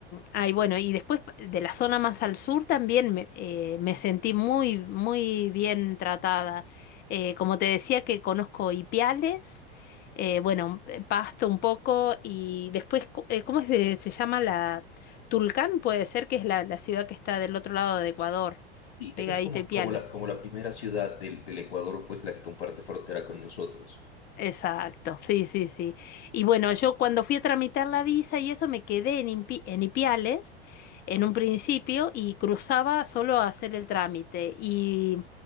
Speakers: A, on the left (about 30°); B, on the left (about 80°).
A: ay, bueno, y después de la zona más al sur también me, eh, me sentí muy, muy bien tratada. Eh, como te decía que conozco Ipiales, eh, bueno, eh, Pasto un poco y después, cu- eh, ¿cómo se, se llama la... Tulcán puede ser que es la, la ciudad que está del otro lado de Ecuador,
B: Y
A: pegadita
B: Esa es como,
A: a Ipiales.
B: como la, como la primera ciudad del, del Ecuador, pues la que comparte frontera con nosotros.
A: Exacto, sí, sí, sí. Y bueno, yo cuando fui a tramitar la visa y eso me quedé en, Impi- en Ipiales en un principio y cruzaba solo a hacer el trámite y,